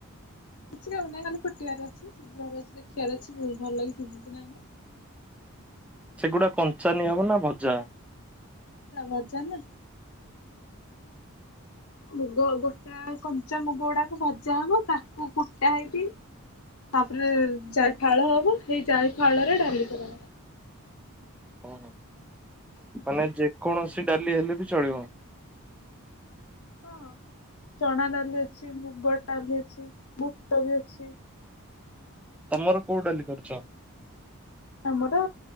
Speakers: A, on the left (about 80°); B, in the centre.
A: କିଛି କାମ ନାଇ ଖାଲି ଫୁଟିବାର ଅଛି ସିଝିବାର ଅଛି ଦେଖିବାର ଅଛି ଭଲକି ସିଝିଚି ନାଁ ନାଇଁ।
B: ସେଗୁଡ଼ା କଞ୍ଚା ନିଆ ହବ ନା ଭଜା।
A: ଭଜା ନା। ମୁଗ ଗୋଟା କଞ୍ଚ ମୁଗ ଗୁଡାକ ଭଜା ହବ ତାକୁ କୁଟା ହେଇକି ତାପରେ ଯାଇ ଫାଳ ହବ ସେଇ ଯାଇ ଫାଳ ରେ ଡାଲି କରାହବ
B: ଆଛ <inaudible> ମାନେ ଯେକୌଣସି ଡାଲି ହେଲେ ବି ଚଳିବ।
A: ହଁ ଚଣା ଡାଲି ଅଛି ମୁଗ ଡାଲି ଅଛି ବୁଟ ବି ଅଛି।
B: ତମର କୋଉ ଡାଲି କରୁଛ।
A: ଆମର